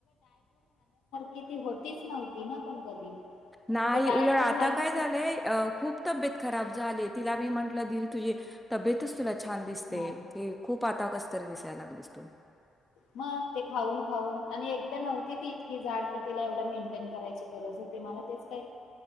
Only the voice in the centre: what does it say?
नाही
उलट
आता
काय झालंय खूप तब्येत खराब झाले तिला मी म्हटलं दिदि तुझी तब्येतच तुला छान दिसते
ते खूप आता कस तरी दिसायला लागलीस तू.